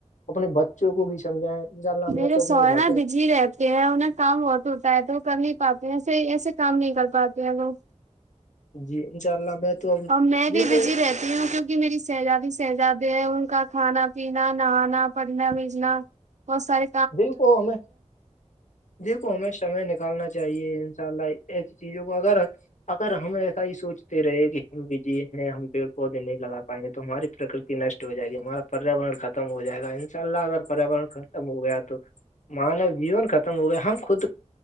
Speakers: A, on the left; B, on the right.
A: اپنے بچوں کو بھی سمجھائیں ان شاء اللہ
B: میرے
A: میں تو اپنے
B: سوہ
A: گھر
B: نا
A: پہ
B: بجی رہے تھ ہے انہیں کام بہت ہوتا ہے تو وہ کر نہیں پاتے ہیں ایسے ایسے کام نہیں کر پاتے ہیں وہ
A: جی انشاء اللہ میں تو
B: اور میں
A: دیکھو
B: بھی بزی رہتی کیونکہ میری شہزادی شہزادے ہیں ان کا کھانا پینا نہانا پڑھنا بیجنا <unintelligible> بسار
A: بالک میں دیکھو ہمیں سمے نکالنا چاہیے ان شاء اللہ ایسی چیزوں کو اگر اگر ہم ایسا ہی سوچتے رہے کہ ہم بھیجی ہیں ہم پیڑ پودے نہیں لگا پائیں گے تو ہماری پرکرتی نشٹ ہو جائے گی ہمارا پریاورن ختم ہو جائے گا ان شاء اللہ اگر پریاورن ختم ہو گیا تو تو مانو جیون ختم ہو گیا ہم خود